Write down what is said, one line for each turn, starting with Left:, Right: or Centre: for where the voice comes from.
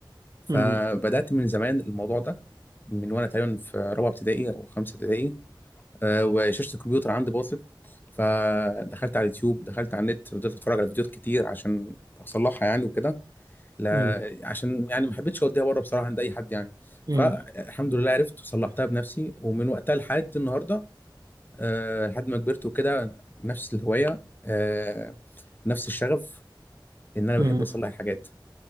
Left: فبدات
Right: مم.
Left: من زمان الموضوع ده من وانا تقريبا في رابعه ابتدائي او خمسه ابتدائي آه، وشاشه الكمبيوتر عندي باظت فدخلت على اليوتيوب دخلت على النت فضلت اتفرج على فيديوهات كتير عشان اصلحها يعني وكده لا
Right: مم.
Left: عشان يعني ما حبيتش اوديها بره بصراحه عند اي حد يعني
Right: مم.
Left: فالحمد لله عرفت وصلحتها بنفسي ومن وقتها لحد النهارده آه، لحد ما كبرت وكده نفس الهوايه آه، نفس الشغف ان انا بحب
Right: مم.
Left: اصلح حاجات